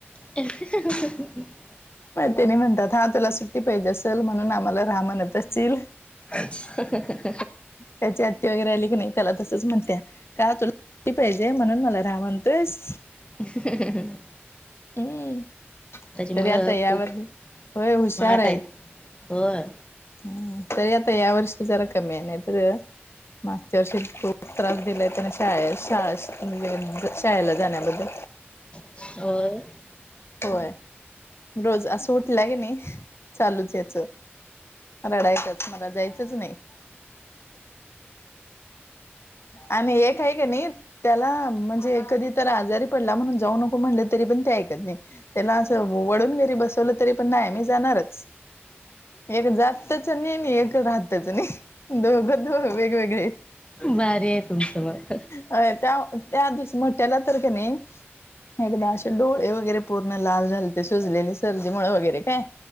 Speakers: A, on the left; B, on the left.
A: ए स स.
B: तेनी म्हणतात हा तुला सुट्टी पाहिजे असेल म्हणून आम्हाला राह म्हणत असशील.
A: <unintelligible>
B: त्याची आत्ती वगैरे आली की नाही त्याला तसच म्हणत्या काय तुला सुट्टी पाहिजे. जय म्हणून मला राह म्हणतोयस.
A: ह..
B: हम्म.
A: मुलं
B: तरी आता यावर
A: खूप
B: होय हुशार
A: स्मार्ट
B: आहे.
A: आहेत होय
B: ह तरी आता या वर्षी जरा कमी आहे नाही तर. मागच्या वर्षी खूप त्रास दिलाय त्यांनी शाळे शाळा शाळेला जाण्याबद्दल.
A: होय.
B: होय रोज असं उठलं की नाही चालूच याच रडायचाच मला जायचंच नाही. आणि एक आहे की नाही. त्याला म्हणजे कधी तर आजारी पडला म्हणून जाऊ नको म्हणलं तरी पण ते ऐकत नाही. त्याला असं वडून जरी बसवलं तरी पण नाही मी जाणारच. एक जातच नाही आणि एक राहतच नाही दोघ दो वेगवेगळे आहेत.
A: भारी आहे तुमचं मग.
B: अ त्या त्या मोठ्याला तर की नी. एकदा असे डोळे वगैरे पूर्ण लाल झालते सुजलेली सर्दीमुळे वगैरे काय?